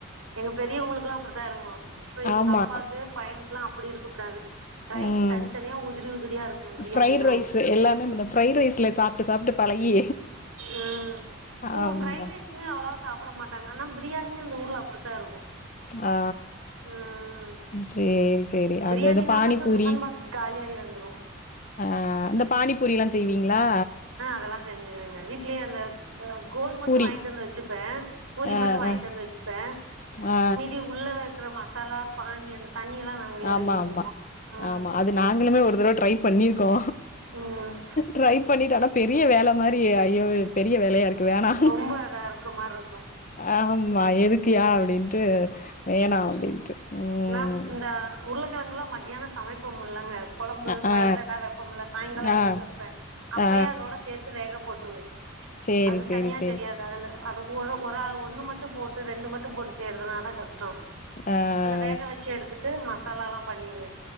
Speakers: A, on the right; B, on the left.
A: எங்க பெரியவங்களுக்குல்லா அப்டிதா எறங்கு இப்ப இவங்க
B: ஆமா
A: அப்பாக்கு பையனுக்குல்லா அப்டி இருக்கக்கூடாது ரைஸ்
B: ம்
A: தனித்தனியா உதிரி உதிரியா இருக்கணு பிரியாணினாலு
B: ஃப்ரைட் ரைஸு எல்லாமே இந்த ஃப்ரைட் ரைஸில சாப்ட்டு சாப்ட்டு பழகி
A: அ
B: ஆமா
A: இவங்க ஃப்ரைட் ரைஸ் மே அவ்வளவா சாப்ட மாட்டாங்க ஆனா பிரியாணியு அந்த ஊர்ல அப்டிதா இருக்கு
B: ஆ
A: ம்
B: சேரி சேரி
A: பிரியாணினா
B: அதாது பானிபூரி
A: மட்டு டிஃபன் பாக்ஸ் காலியாயி வந்துறு
B: அ இந்த பானிபூரி எல்லா செய்வீங்களா
A: அதல்லா செஞ்சுவங்க வீட்லயே அந்த கோல் மட்டு
B: பூரி
A: வாங்கிட்டு வந்து வச்சுப்ப பூரி
B: ஆ
A: மட்டு வாங்கிட்டு
B: ஆ
A: வந்து வச் ச்சுப்ப
B: ஆ
A: மீதி உள்ள வைக்கிற மசாலா பானி அந்த தண்ணி எல்லா நா நாங்களே
B: ஆமா
A: ரெடி பண்ணிருவோ
B: ஆமா
A: அ
B: ஆமா அது நாங்களுமே ஒரு தடவ ட்ரை பண்ணிருக்கோ
A: ம்
B: ட்ரை பண்ணிட்ட ஆனா பெரிய வேல மாரி ஐயோ பெரிய வேல மயா இருக்கு க்கு வேணா
A: ரொம்ப இதா இருக்க மாரி இருக்கு
B: ஆமா எதுக்கு ஏ அப்டின்ட்டு வேணா அப்டின்ட்டு ம்
A: மேம் இந்த உருளக்கிழங்கலா மத்தியானோ சமைப்போம் இல்லங்க குழம்பு
B: அ
A: பயிரு
B: ஆ
A: ஏதா வப்போம்ல்ல சாய்ங்காலம்
B: ஆ
A: எதுக்கு வப்ப அப்பயே
B: ஆ
A: அதோட சேர்த்து த்து வேக போட்ருவ
B: சேரி
A: அது
B: சேரி
A: தனியா
B: சேரி
A: தெரியாது அதுல அது ஒரு ஒறால் ஒண்ணு மட்டு போட்டு ரெண்டு மட்டு போட்டு செய்யறதுனால கஷ்டோ
B: அ
A: வேக வச்சி எடுத்துட்டு மசாலாலா பண்ணிருவ